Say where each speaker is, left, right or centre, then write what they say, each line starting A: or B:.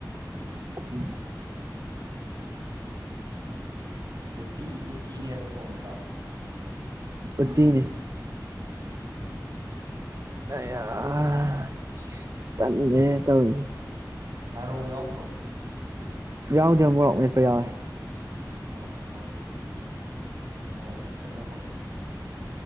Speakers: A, on the right (about 45°); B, on the right (about 60°).
A: ꯎꯝ
B: ꯎꯇꯤ ꯎꯠꯇꯤꯅꯦꯕ ꯊꯣꯡꯉꯤꯗꯣ
A: ꯎꯠꯇꯤꯅꯦ ꯑꯩꯌ꯭ꯥꯍ ꯇꯟꯂꯦꯍꯦ ꯇꯧꯔꯤꯖꯦ
B: ꯉꯥꯔꯧ ꯌꯥꯎꯗ꯭ꯔꯣ
A: ꯌꯥꯎꯗꯦ ꯑꯃꯨꯔꯣꯛ ꯃꯦꯠꯄ ꯌꯥꯎꯋꯦ
B: ꯑꯣ <unintelligible>